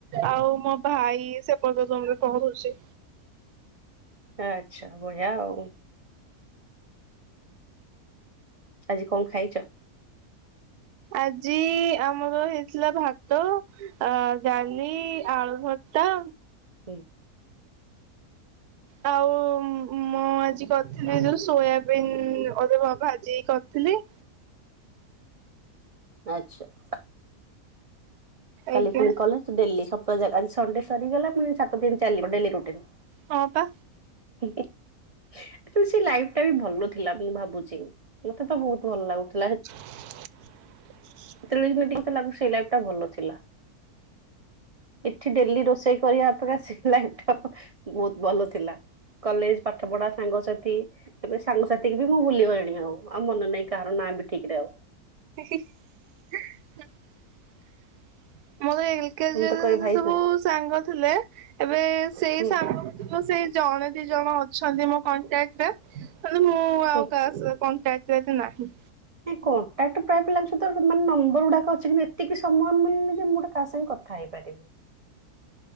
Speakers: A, on the right (about 85°); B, on the right (about 30°).
A: ଆଉ ମୋ ଭାଇ ସେପଟ ରୁମରେ ପଢୁଛି।
B: ଆଚ୍ଛା ବଢିଆ ଆଉ। ଆଜି କଣ ଖାଇଛ?
A: ଆଜି ଆମର ହେଇଥିଲା ଭାତ ଅ ଡାଲି ଆଳୁ ଭର୍ତ୍ତା
B: ହୁଁ।
A: ଆଉ ମୁଁ ଆଜି କରିଥିଲି ଯୋଉ ସୋୟାବିନ୍ ଅଲଗା ଭାଜିିକି କରିଥିଲି।
B: ଆଚ୍ଛା। କାଲି
A: ଆଜ୍ଞା
B: ପୁଣି କଲେଜ ଡେଲି ସକାଳ ଆଜି ସଣ୍ଡେ ସରିଗଲା ପୁଣି ସାତ ଦିନ ଚାଲିବ ଡେଲି ରୁଟିନ୍।
A: ହଁ ପା।
B: <inaudible> ତୋ ସେ ଲାଇଫ ଟା ବି ଭଲ ଥିଲା ମୁଁ ଭାବୁଛି ମତେ ତ ବହୁତ ଭଲ ଲାଗୁଥିଲା।
A: <inaudible>
B: ସେତେବେଳେ ଯୋଉଥିଲା ଟିକେ ଲାଗୁଥିଲା ସେଇ ଲାଇଫ ଟା ଭଲ ଥିଲା। ଏଠି ଡେଲି ରୋଷେଇ କରିବା ଅପେକ୍ଷା ସେ ଲାଇଫ୍ ଟା ବହୁତ ଭଲ ଥିଲା। କଲେଜ ପାଠ ପଢା ସାଙ୍ଗସାଥି ଏବେ ସାଙ୍ଗସାଥିୀ ବି ମୁଁ ଭୁଲିଗଲିଣି, ଆଉ ଆଉ ମନେ ନାହିଁ କାହାର ନାଁ ବି ଠିକ ରେ ଆଉ।
A: ମୁ କହିଲି କଲେଜରେ
B: ମୁଁ ତ କହେ
A: ଯୋଉ
B: ଭାଇ
A: ସବୁ ସାଙ୍ଗ ଥିଲେ ଏବେ ସେଇ
B: ହୁଁ
A: ସାଙ୍ଗ ଗୁଡ଼ିକ ସେଇ ଜଣେ ଦି ଜଣ ଅଛନ୍ତି ମୋ କଣ୍ଟାକ୍ଟ ରେ ନହେଲେ ମୁଁ ଆଉ
B: ହୁଁ
A: କାହା କଣ୍ଟାକ୍ଟ ରେ ଏତେ ନାହିଁ।
B: ନାଇଁ କଣ୍ଟାକ୍ଟ ପ୍ରାୟ ପିଲାଙ୍କ ସହିତ ମାନେ ନମ୍ବର ଗୁଡାକ ଅଛି କିନ୍ତ ଏତିକି ସମୟ ମିଳୁନି ଯେ ମୁଁ ଗୋଟେ କାହା ସାଙ୍ଗେ କଥା ହେଇପାରିବି।